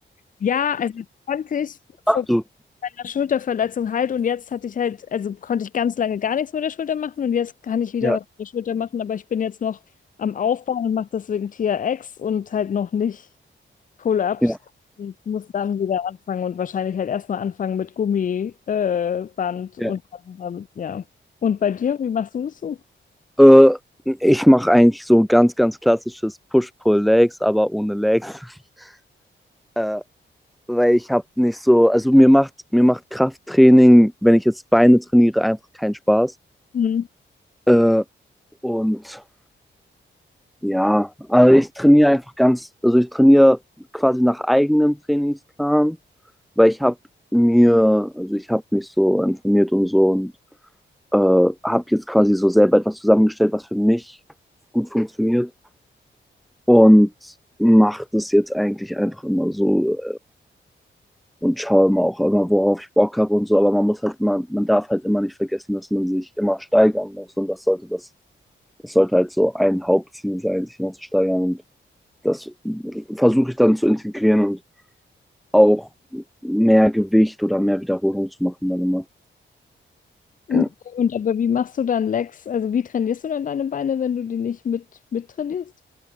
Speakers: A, on the left (about 40°); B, in the centre.
A: Ja, also das konnte ich vor
B: Kannst Du.
A: meiner Schulterverletzung halt und jetzt hatte ich halt, also konnte ich ganz lange gar nichts mit der Schulter machen und jetzt kann ich wieder
B: Ja,
A: was mit der Schulter machen, aber ich bin jetzt noch am Aufbauen und mache deswegen T R X und halt noch nicht Pull-ups
B: ja,
A: und muss dann wieder anfangen und wahrscheinlich halt erstmal anfangen mit Gummiband äh, Band
B: Ja.
A: und dann damit, ja. Und bei dir, wie machst du das so?
B: Äh, ich mache eigentlich so ganz, ganz klassisches Push-Pull-Legs, aber ohne Legs. <laughs> Äh, weil ich habe nicht so, also mir macht, mir macht Krafttraining, wenn ich jetzt Beine trainiere, einfach keinen Spaß.
A: Mhm.
B: Äh, und ja, also ich trainiere einfach ganz, also ich trainiere quasi nach eigenem Trainingsplan, weil ich habe mir, also ich habe mich so informiert und so und äh, habe jetzt quasi so selber etwas zusammengestellt, was für mich gut funktioniert und mache das jetzt eigentlich einfach immer so und schaue immer auch immer, worauf ich Bock habe und so. Aber man muss halt immer, man darf halt immer nicht vergessen, dass man sich immer steigern muss. Und das sollte das, das sollte halt so ein Hauptziel sein, sich immer zu steigern. Und das versuche ich dann zu integrieren und auch mehr Gewicht oder mehr Wiederholung zu machen dann immer.
A: Okay,
B: Ja.
A: Und aber wie machst du dann Legs? Also wie trainierst du dann deine Beine, wenn du die nicht mit mittrainierst?